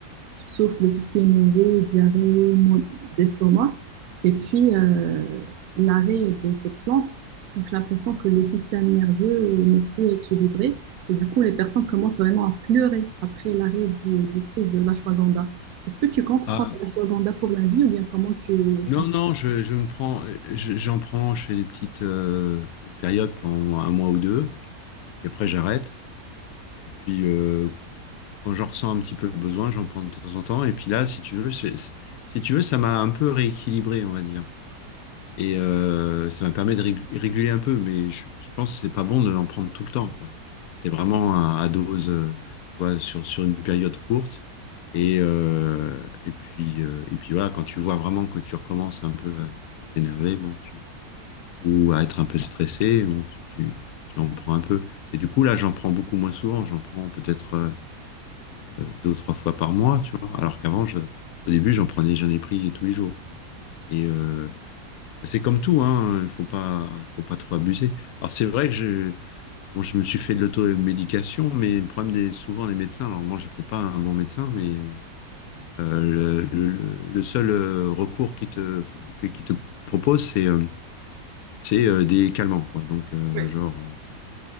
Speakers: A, on the right (about 75°); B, on the left (about 75°).
A: qui souffrent de tout ce qui est nausée, diarrhée, maux d'estomac. Et puis, euh, l'arrêt de cette plante, donc j'ai l'impression que le système nerveux n'est plus équilibré. Et du coup, les personnes commencent vraiment à pleurer après l'arrêt du, du prise de l'ashwagandha. Est-ce que tu comptes
B: Ah,
A: prendre l'ashwagandha pour la vie ou bien comment tu...
B: non,
A: enfin,
B: non, je, je me prends, je- j'en prends, je fais des petites euh, périodes pendant un mois ou deux, puis après, j'arrête. Et puis, euh, quand j'en ressens un petit peu le besoin, j'en prends de temps en temps. Et puis là, si tu veux, c'est- c'est- si tu veux, ça m'a un peu rééquilibré, on va dire. Et euh, ça me permet de rég- réguler un peu, mais je, je pense que c'est pas bon de l'en prendre tout le temps, quoi. C'est vraiment à, à dose, euh, tu vois, sur, sur une période courte. Et, euh, et puis, euh, et puis voilà, quand tu vois vraiment que tu recommences un peu à, à t'énerver, bon, tu, ou à être un peu stressé, bon, tu, tu, tu en prends un peu. Et du coup, là, j'en prends beaucoup moins souvent. J'en prends peut-être euh, euh, deux ou trois fois par mois, tu vois. Alors qu'avant, je, au début, j'en prenais, j'en ai pris tous les jours. Et, euh, c'est comme tout, hein, il faut pas, faut pas trop abuser. Alors c'est vrai que je, bon, je me suis fait de l'automédication, mais le problème des souvent les médecins, alors moi j'ai peut-être pas un bon médecin, mais euh, le, le- le- le seul euh, recours qui te, qui te propose, c'est euh, c'est euh, des calmants, quoi. Donc euh,
A: Oui.
B: genre, euh,